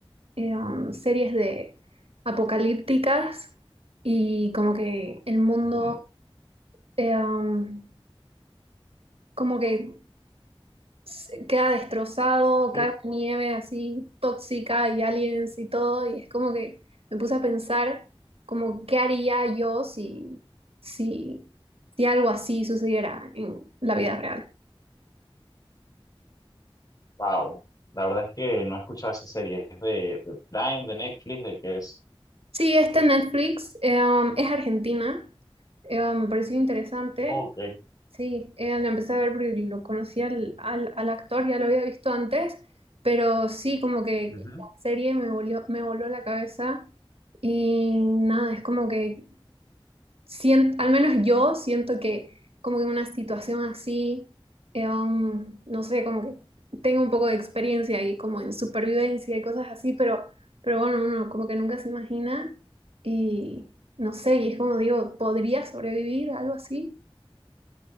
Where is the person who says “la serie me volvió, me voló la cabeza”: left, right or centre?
Right